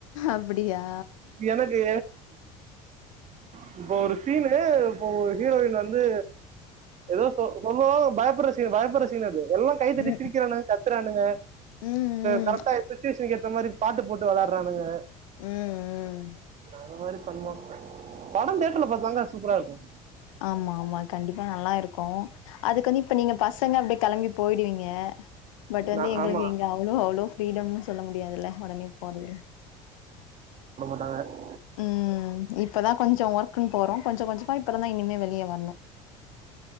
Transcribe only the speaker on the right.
எனக்கு உஷ்உ <inaudible> இப்போ ஒரு சீனு இப்போ ஒரு ஹீரோயின் வந்து ஏதோ சொ சொன்னோம் பயப்படுற சீன் பயப்படுற சீன் அது எல்லாம் கைத்தட்டி
சிரிக்கராணுங்க ராணுங்க
கரெட்ட
சுச்சுவேஷனுக்கு ஏற்ற மாரி பாட்டு போட்டு வி ளயாடுறானுங்க
அந்த மாதிரி பண்ணுவா படம் திரேட்டர் பார்த்தாங்கா சூப்பரா இருக்கும்
நான்
ஆமா
ஆங்கர் <unintelligible>